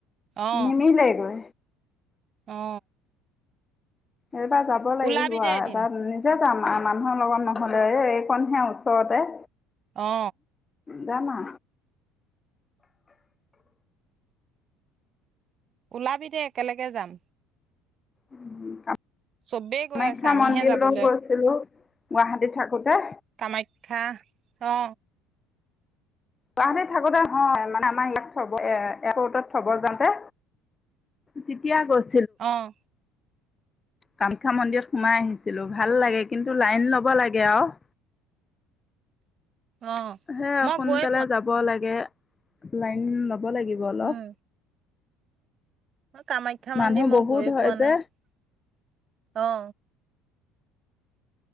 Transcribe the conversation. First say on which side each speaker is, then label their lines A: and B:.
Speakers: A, on the right; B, on the left.
A: অ
B: নিমি লাগ গ
A: অ
B: এইবাৰ যাব লাগিব
A: ওলাবি দে
B: আৰু
A: এদিন
B: এবাৰ নিজে আমাৰ মানুহৰ লগত নহলে এই এইখনহে ওচৰতে
A: অ
B: যামা।
A: ওলাবি দেেই একেলগে যাম।
B: উম! কামাখ্যা
A: চবেই গৈ আছে আমিহে
B: মন্দিৰো
A: যাবলৈ
B: গৈছিলো। গুৱাহাটীত থাকোতে।
A: কামাখ্যা অ
B: তাহালী থাকোতেহয় মানে আমাৰ এইলাক থব এ এপটত থব যাওঁতে তেতিয়া গৈছ
A: অঁ!
B: কাম। শিক্ষা মন্দিৰত সোমাই আহিছিলো ভাল লাগে। কিন্তু লাইন ল'ব লাগে আৰু,
A: অ
B: সেই
A: মই
B: সোনকালে
A: গৈ
B: যাব লাগে। <inaudible> লাগিব অলপ।
A: উম মই কামাখ্যা
B: মানুহ
A: মন্দিৰ মই
B: বহুত
A: গৈয়ে
B: হয়
A: পোৱা
B: যে
A: নাই। অ